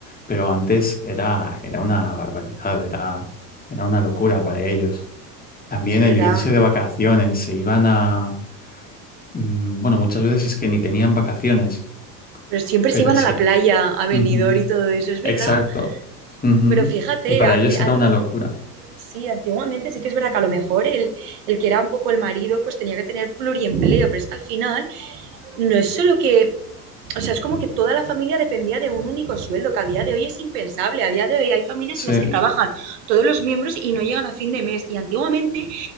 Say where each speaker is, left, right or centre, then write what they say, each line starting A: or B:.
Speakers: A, on the left; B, on the right.
A: pero antes era, era una barbaridad, era, era una locura para ellos. También
B: es verdad.
A: el irse de vacaciones, se iban a... mm, Bueno, muchas veces es que ni tenían vacaciones,
B: Pero siempre
A: pero
B: se iban
A: sí.
B: a la playa, a Benidorm
A: Ujú.
B: y todo eso, es
A: Exacto.
B: verdad.
A: Ujú.
B: Pero fíjate,
A: Y para
B: ante,
A: ellos
B: ante
A: era una locura.
B: sí, antiguamente sí que es verdad que a lo mejor el, el, que era un poco el marido pues tenía que tener pluriempleo, pero es que al final no es solo que, o sea, es como que toda la familia dependía de un único sueldo, que a día de hoy es impensable, a día de hoy hay familias
A: Sí,
B: en las que trabajan todos los miembros y no llegan a fin de mes, y antiguamente